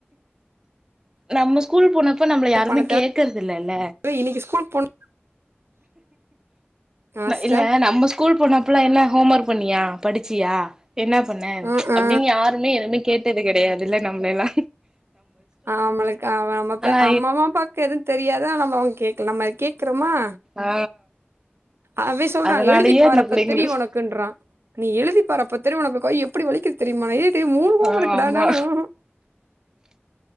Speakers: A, on the right; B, on the right.
A: நம்ம ஸ்கூல் போன ப்ப நம்மள யாருமே
B: கேப்பானே
A: கேக்கற்தில்லல்ல
B: தவிர இன்னைக்கு ஸ்கூல் போனு ஆ சிஸ்டர்
A: இல்ல நம்ம ஸ்கூல் போனா அப்பல்லா என்ன ஹோம் ஒர்க் பண்ணியா படிச்சியா என்ன பண்ண
B: ஆ ஆ
A: அப்டின்னு யாருமே எதுவுமே கேட்டது கெடயாதுல்ல நம்ளெல்லா
B: ஆமா அவுளுக்கு நம்ம
A: ஆனா
B: அம்ம அம்மா ப்பாக்கு எதுவு தெரியாதா நம்ம அவுங்க கேட்கலா நம்ம கேக்குறோமா
A: ஆ
B: அவே சொல்றா
A: அதனாலயே
B: எழுதி பார்
A: அந்த
B: அப்ப
A: பிள்ளைங்களுக்கு
B: தெரியு ஒனக்குன்றா நீ எழுதிப் பார் அப்ப தெரியு உனக்கு கைய் எப்டி வலிக்குது தெரியுமா ஏ மூனு கோம்வொர்க்டானாலு
A: ஆ ஆமா
B: ஊஹு